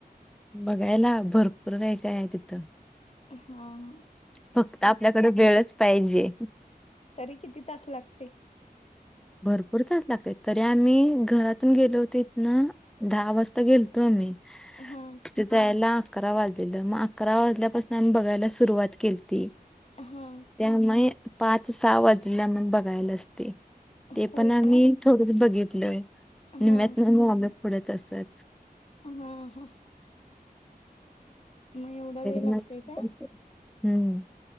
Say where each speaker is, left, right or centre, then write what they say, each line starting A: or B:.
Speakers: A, in the centre; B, on the left.
A: बघायला भरपूर काय, काय आहे तिथं.
B: ह हां.
A: फक्त आपल्याकडे वेळच पाहिजे.
B: तरी किती तास लागते?
A: भरपूर तास लागते तरी आम्ही घरातून गेलो होते इथन दहा वाजता गेलतो आम्ही.
B: हा.
A: तिथ यायला अकरा वाजलेलं मग अकरा वाजल्यापासन आम्ही बघायला सुरुवात केलती.
B: हा.
A: त्यामुळे पाच, सहा वाजल्यात मग बघायलाच ते. ते
B: होय
A: पण आम्ही
B: का?
A: थोडं बघितलय
B: हा
A: निम्यातून पुढ आलो तसच.
B: हा हा. मग एवढा
A: <unintelligible>
B: वेळ लागतोय का?
A: हम्म.